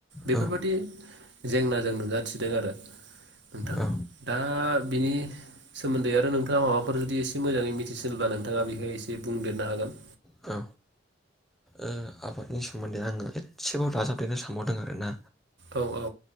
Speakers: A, on the right; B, in the centre.
A: बेफोरबादि
B: औ
A: जेंना जों नुजाथिदों आरो नोंथां
B: औ
A: दा बिनि सोमोन्दै आरो नोंथाङा माबाफोर जुदि एसे मोजाङै मिथिसिनब्ला नोंथाङा बेहाय एसे बुंदेरनो हागोन।
B: औ ओ आबादनि सोमोन्दै आंङो एसेबाव दाजाबदेरनो सानबावदों आरो ना
A: औ औ